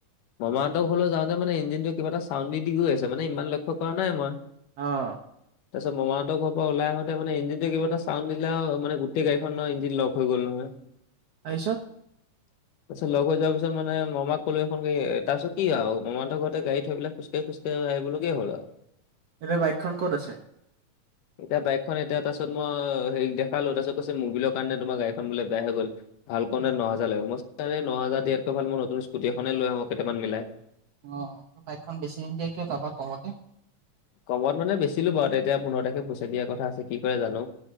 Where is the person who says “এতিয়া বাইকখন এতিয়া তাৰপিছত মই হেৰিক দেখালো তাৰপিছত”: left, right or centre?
Left